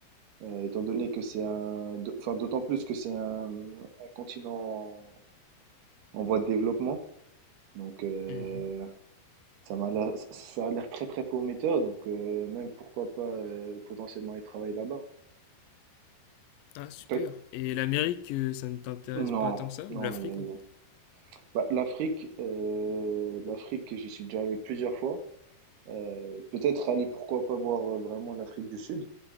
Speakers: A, on the right; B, on the left.
A: heu, étant donné que c'est un d'au enfin d'autant plus que c'est un, mmh, un continent en voie de développement donc heu
B: Mhm.
A: Ça m'a l'air, ça a l'air très très prometteur, donc euh, même pourquoi pas euh, potentiellement aller travailler là-bas.
B: Ah, super.
A: Peut-
B: Et l'Amérique, euh, ça ne t'intéresse
A: Non,
B: pas tant que ça?
A: non.
B: Ou l'Afrique
A: euh,
B: encore?
A: bah, l'Afrique, euh, l'Afrique, j'y suis déjà allé plusieurs fois. Euh, peut-être aller, pourquoi pas voir euh, vraiment l'Afrique du Sud,